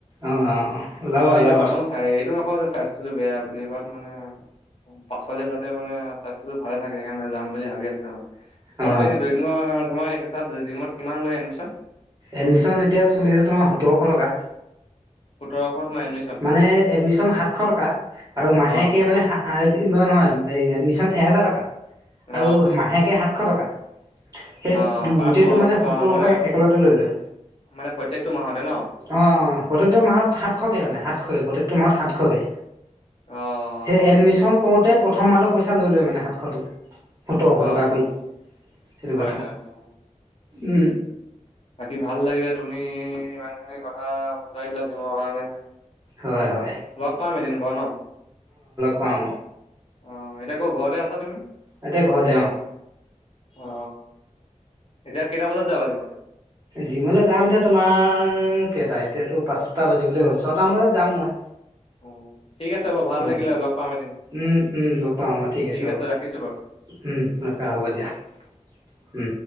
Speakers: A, on the right; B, on the left.
A: অ ওলাবা
B: মানে
A: ওলাবা
B: এতিয়া বৰ্তমান চাই এইটো নক স্বাস্থ্যতটো বেয়া বুলিাত মানে, পাছল যাতে মানে স্বাস্থ্যতটো ভালে থাকে সেইকাৰণে যাম বুলি ভাবি আছিলো মানে। তোমালোকে
A: অ
B: এনে দৈ তোমাৰ তাত জিমত কিমান লয় এডমিশন?
A: এডমিশন এতিয়া চলি আছে তোমাৰ সোতৰশ টকা।
B: সোতৰশ তোমাৰ এডমিশন
A: মানে এডমিশন সাতশ টকা আৰু মাহেকে
B: অ',
A: মানে নহয় এই এডমিশন এহেজাৰ টকা আৰু
B: অ',
A: মাহেকে সাতশ টকা সেই
B: অ', পাৰ
A: গোটেইটো মানে সতৰশ
B: মানে
A: একেলগতে লৈ লয়।
B: মানে প্ৰত্যেকটো মাহতে ন?
A: অ অ প্ৰথটো মাহ সাত সাতশকে মানে সাতশকে, প্ৰতেটো মাহত সাতশকে।
B: অ',
A: এই এডমিছন কৰতে প্ৰথম মাহটো পইচা লৈ লৈ মানে সাতশ টো সতৰশ
B: অ',
A: টকাকৈ। সেইটো
B: হয়,
A: কথা।
B: হয়, হয়।
A: উ
B: বাকী ভাল লাগিলে তুমি ইমানখিনি কথা বুজাই দিলা জিমৰ কাৰণে।
A: হয় হয়
B: লগ পাম এদিন বাৰু ন
A: পাম
B: অ এতিয়া আকৌ ঘৰতে আছা তুমি?
A: এতিয়া ঘৰতে অ
B: অ এতিয়া কেইটা বজাত যাবা জিমলে?
A: জিমলৈ যাম এতি তোমাৰ কেইটা এতিয়াতো পাঁচটা বাজিবলৈ হ'ল। ছয়টামান যাম মই।
B: অ ঠিক আছে বাৰু ভাল
A: উম
B: লাগিলে লগ পাম এদিন।
A: উম উম লগ পাম অ
B: ঠিক
A: বাৰু
B: আছে ৰাখিছো বাৰু
A: উম ৰখা হ'ব দিয়া।
B: <unintelligible>
A: উম